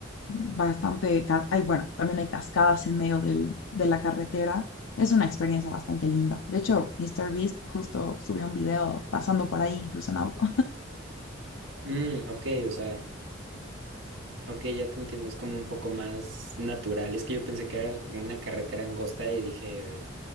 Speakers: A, on the left (about 85°); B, on the right (about 75°).
A: bastante... ca- Hay, bueno, también hay cascadas en medio del- de la carretera. Es una experiencia bastante linda. De hecho, míster Beast justo subió un video pasando por ahí, incluso en auto.
B: Mm, ok, o sea, ok, ya te entiendo. Es como un poco más natural. Es que yo pensé que era una carretera angosta y dije.